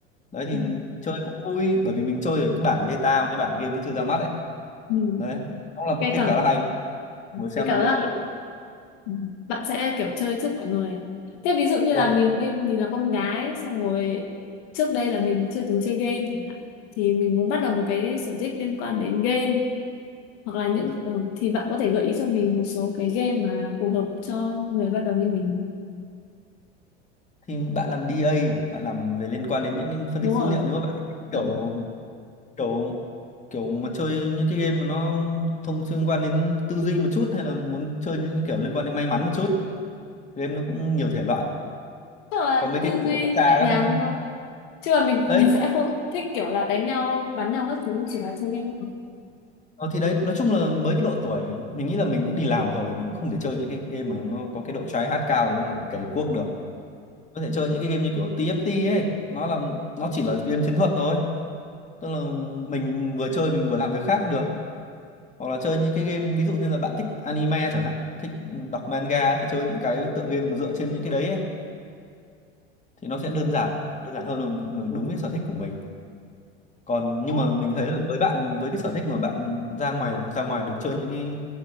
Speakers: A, on the left; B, on the left.
A: đấy thì
B: Ừ.
A: chơi cũng vui bởi vì mình chơi ở cái bản beta mà cái bản game nó chưa ra mắt ấy
B: Ừ.
A: đấy cũng là một
B: Gây
A: thích
B: cẩn
A: khá là hay ngồi xem
B: cái
A: làm
B: cảm
A: lỗi
B: giác là
A: lục
B: ừ, bạn sẽ kiểu chơi trước mọi người thế ví dụ như
A: Vâng.
B: là mình đi mình là con gái xong rồi trước đây là mình chưa từng chơi game chẳng hạn thì mình muốn bắt đầu một cái sở thích liên quan đến game hoặc là những ừ, thì bạn có thể gợi ý cho mình một số cái game mà phù hợp cho người bắt đầu như mình
A: thì bạn làm DA à? bạn làm về liên quan đến những phân
B: đúng
A: tích dữ
B: rồi
A: liệu nếu mà bạn thích kiểu
B: Vâng.
A: kiểu kiểu mà chơi những cái game mà nó thông liên quan đến tư duy một chút hay là muốn chơi những cái kiểu liên quan đến may mắn một chút game nó cũng nhiều thể loại
B: chắc là
A: có mấy
B: tư
A: cái kiểu
B: duy
A: xa
B: nhẹ
A: các
B: nhàng
A: thứ.
B: thôi chứ là mình
A: đấy
B: mình sẽ không thích kiểu là đánh nhau bắn nhau các thứ chỉ là chơi game
A: ờ, thì đấy nói chung là mới cái độ tuổi mình nghĩ là mình cũng đi làm rồi mình cũng không thể chơi những cái game mà nó có cái độ try hard cao đúng không là phải cày cuốc được có thể chơi những cái game như kiểu TFT ấy nó là nó chỉ là game chiến thuật thôi tức là mình vừa chơi mình vừa làm việc khác cũng được hoặc là chơi những cái game ví dụ như là bạn thích anime chẳng hạn thích đọc manga thì chơi những cái tựa game mà dựa trên những cái đấy ấy. thì nó sẽ đơn giản đơn giản hơn là m- đúng cái sở thích của mình còn nhưng
B: Ừ.
A: mà mình thấy là với bạn với cái sở thích mà bạn ra ngoài ra ngoài được chơi những cái